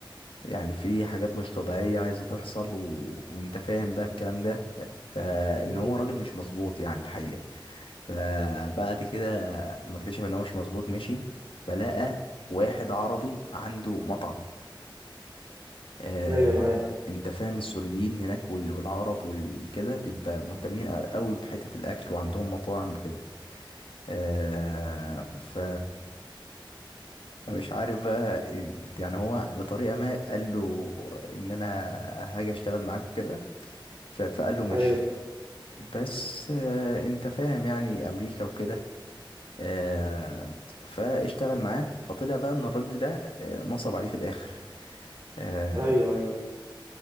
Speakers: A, on the left; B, on the right.
A: يعني في حاجات مش طبيعية عايزة تحصل و... وانت فاهم بقى الكلام ده فان
B: مم.
A: هو راجل مش مظبوط يعني الحقيقة فبعد كده ما اكتشف ان هو مش مظبوط مشي فلقى واحد عربي عنده مطعم آه
B: ايوه معايا
A: انت فاهم السوريين هناك وال- والعرب والكده بيبقى مهتمين قوي بحتة الاكل وعندهم مطاعم كده آه ف فمش عارف بقى ال- يعني هو بطريقة ما قال له ان انا هاجي اشتغل معاك وكده ف- فقال له ماشي
B: ايوه
A: بس آه انت فاهم يعني امريكا وكده آه فاشتغل معاه فطلع بقى ان الراجل ده آه، نصب عليه في الاخر آه
B: ايوه ايوه